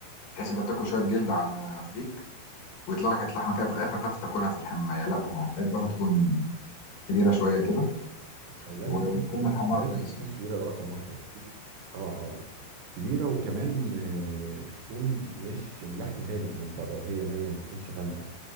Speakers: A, on the left (about 70°); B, on the right (about 80°).
A: تحس انت بتاكل شويه جلد على فريك ويطلع لك حته لحمه كده في الاخر تحت تاكلها في الحمايه لا انا احبها تكون كبيره شويه كده
B: لازم
A: وتكون
B: تكون كبيره
A: متحمره
B: لازم
A: كويس
B: تكون كبيره ده رقم واحد اه اه كبيره وكمان آه، تكون مش اللحم غامق من بره وهي نيه ما تكونش غامقه